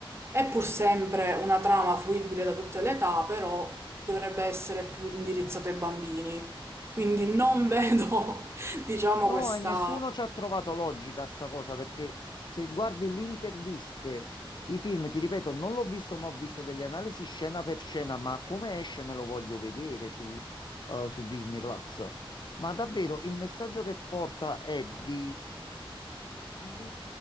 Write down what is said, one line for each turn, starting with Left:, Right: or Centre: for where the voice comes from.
Right: è pur sempre una trama fruibile da tutte le età, però dovrebbe essere più indirizzato ai bambini. Quindi non vedo, <laughs> diciamo,
Left: No,
Right: questa
Left: e nessuno ci ha trovato logica a sta cosa, perché se guardi le interviste, i film, ti ripeto, non l'ho visto, ma ho visto delle analisi scena per scena, ma come esce me lo voglio vedere su, eh, su Disney Plus. Ma davvero il messaggio che porta è di Mm,